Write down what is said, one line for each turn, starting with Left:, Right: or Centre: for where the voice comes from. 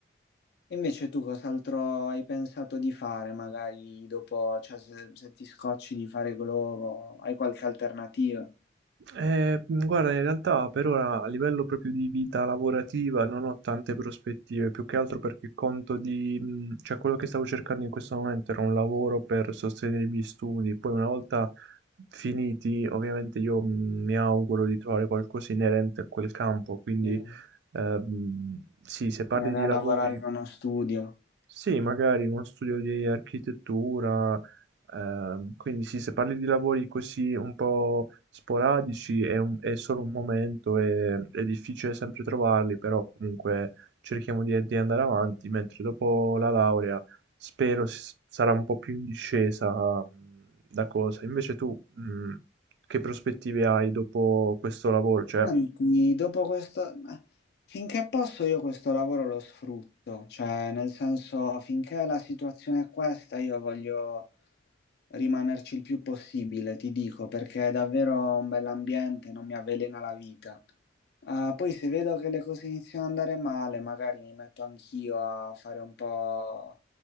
Left: e invece tu cos'altro hai pensato di fare, magari dopo, cioè se, se ti scocci di fare globo, hai qualche alternativa?
Right: Eh, guarda, in realtà per ora a livello proprio di vita lavorativa non ho tante prospettive, più che altro perché conto di... mh, cioè quello che stavo cercando in questo momento era un lavoro per sostenere i miei studi, poi una volta finiti, ovviamente io mh, mi auguro di trovare qualcosa inerente a quel campo, quindi
Left: Sì.
Right: ehm, sì, se parli
Left: Te ne vai
Right: di lavori...
Left: a lavorare in uno studio.
Right: Sì, magari in uno studio di architettura, ehm, quindi sì, se parli di lavori così un po' sporadici è, un- è solo un momento e è difficile sempre trovarli, però comunque cerchiamo di, di andare avanti, mentre dopo la laurea spero s- sarà un po' più in discesa mh, da cosa. Invece tu, mh, che prospettive hai dopo questo lavoro? Cioè,
Left: Senti, dopo questo, ma finché posso io questo lavoro lo sfrutto, cioè nel senso finché la situazione è questa io voglio rimanerci il più possibile, ti dico, perché è davvero un bell'ambiente, non mi avvelena la vita. Ah, poi se vedo che le cose iniziano ad andare male, magari mi metto anch'io a fare un po'